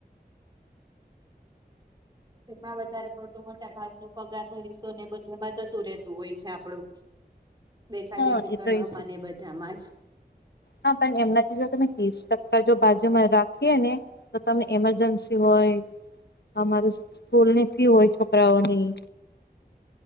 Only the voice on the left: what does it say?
હા,
એ
તો <unintelligible>
હા, પણ એમનાથી જો તમે ત્રીસ ટકા જો બાજુમાં રાખીએ ને તો તમે એમરજન્સી હોય, અમારે સ્કૂલની ફી હોય છોકરાઓની